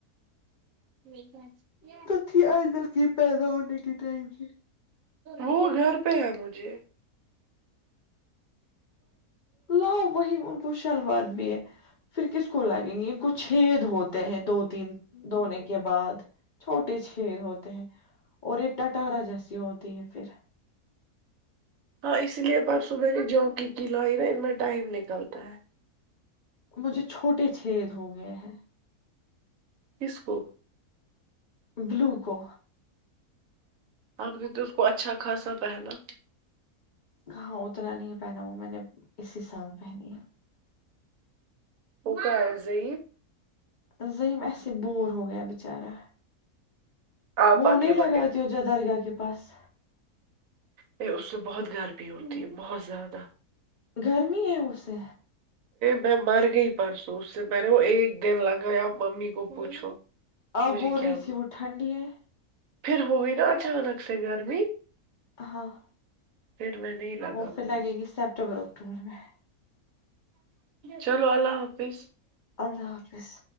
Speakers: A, on the right; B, on the left.
A: یہ کیا تو بھی ہا
B: یہ ادل کی پیدا ہونے کے ٹائم کی
A: وہ گھر پہ ہے مجھے
B: لاو وہی ان کو شلوار بھی ہے پھر کس کو لگے گے ان کو چھید ہوتے ہیں دو تین دھونے کے بعد چھوٹے چھید ہوتے ہیں اور یہ ٹارا جیسی ہوتی ہے پھر
A: ہاں اسی لیے پرسو میں نے جاکی لائی نا ان میں ٹائم نکلتا ہے
B: مجھے چھوٹے چھید ہو گئے ہیں
A: کسکو
B: بلو کو
A: اپ نے تو اس کو اچھا خاصا پہنا
B: ہاں اتنا نہیں پہنا وہ میں نے اسی سال پہنی ہے
A: وہ کیا ہے
B: عظیم ایسے بور ہو گیا بچارا
A: آپا
B: وہ نہیں
A: کے
B: لگاتی
A: بغیر
B: ہو جدار گھر کے پاس
A: پہ اس سے بہت گرمی ہوتی ہے بہت زیادہ
B: گرمی ہے اسے
A: میں مر گئی پرسوں اس سے میں نے وہ ایک دن لگایا ممی کو پوچھو
B: آپ
A: مجھے
B: بول
A: کیا
B: رہی تھی وہ ٹھنڈی ہے
A: پھر وہی نا اچانک سے گرمی
B: ہاں
A: پھر میں نہیں لگا
B: وہ
A: پائی
B: پھر لگے گی سپٹمبر اکتوبر میں
A: چلو اللہ حافظ
B: اللہ حافظ